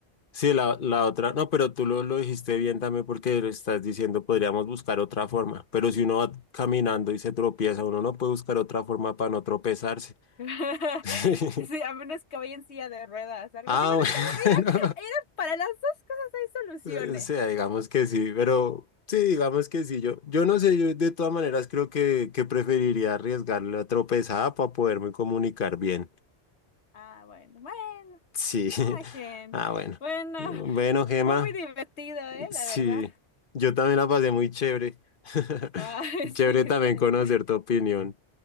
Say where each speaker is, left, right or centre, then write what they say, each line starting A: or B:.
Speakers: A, on the left; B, on the left.
A: Sí, la, la otra, no, pero tú lo, lo dijiste bien también porque lo estás diciendo, podríamos buscar otra forma, pero si uno va caminando y se tropieza, uno no puede buscar otra forma para no tropezarse.
B: <laughs>
A: <laughs>
B: Sí, a menos que vaya en silla de ruedas, algo
A: Ah,
B: así. Bueno,
A: bueno.
B: está bien, mira, mira,
A: <laughs>
B: para las dos cosas hay soluciones.
A: Eh, O sea, digamos que sí, pero sí, digamos que sí. Yo, yo no sé, yo de todas maneras creo que, que preferiría arriesgar la tropezada para poderme comunicar bien.
B: Ah, bueno, bueno,
A: Sí. <laughs>
B: cada quien.
A: Ah, bueno.
B: Bueno,
A: Bueno, Gema,
B: fue muy divertido, ¿eh?
A: sí.
B: La verdad.
A: Yo también la pasé muy chévere. <laughs>
B: Ay, <laughs> sí,
A: Chévere también
B: está bien.
A: conocer tu opinión.